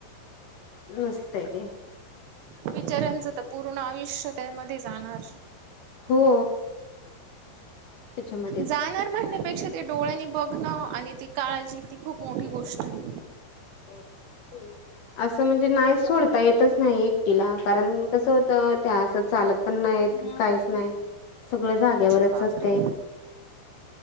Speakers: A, on the left (about 75°); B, on the right (about 80°).
A: नसतय ते.
B: बीचारांचं तर पूर्ण आयुष्य त्यामध्ये जाणार.
A: हो. त्याच्यामध्येच
B: जाणार म्हणण्यापेक्षा ते डोळ्यांनी बघणं आणि ती काळजी ती खूप मोठी गोष्ट आहे.
A: ते, हो. असं म्हणजे नाही सोडता येतच नाही एकटीला कारण कसं होत त्या असं चालत पण नाहीत. काहीच नाही, सगळ जाग्यावरच
B: बापरे
A: असतय.